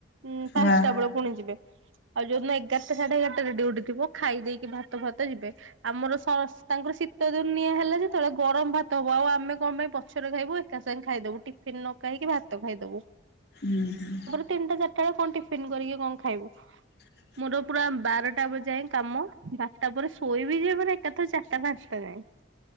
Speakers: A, on the right (about 85°); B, on the left (about 55°).
A: ଉମ୍ ପାଞ୍ଚଟା
B: ହଁ
A: ବେଳେ ପୁଣି ଯିବେ। ଆଉ ଯୋଉଦିନ ଏଗାରଟା ସାଢେ ଏଗାରଟାରେ ଡ୍ୟୁଟି ଥିବ, ଖାଇ ଦେଇକି ଭାତ ଫାତ ଯିବେ। ଆମର ସ ଅସ୍ ତାଙ୍କର ଶୀତଦିନିଆ ହେଲା ଯେତେବେଳେ, ଗରମ ଭାତ ହବ। ଆଉ ଆମେ କଣ ପାଇଁ ପଛରେ ଖାଇବୁ ଏକା ସାଙ୍ଗେ ଖାଇଦବୁ। ଟିଫିନ୍ ନ ଖାଇକି ଭାତ ଖାଇଦବୁ।
B: ହୁଁ ହୁଁ।
A: ତିନଟା ଚାରିଟା ବେଳେ କଣ ଟିଫିନ୍ କରିକି କଣ ଖାଇବୁ?
B: ହଁ
A: ମୋର ପୁରା ବାରଟା ବ ଯାଏଁ କାମ, ବାରଟା ପରେ ଶୋଇବି ଯେ ମାନେ ଏକାଥରେ ଚାରିଟା ପାଞ୍ଚଟା ଯାଏଁ।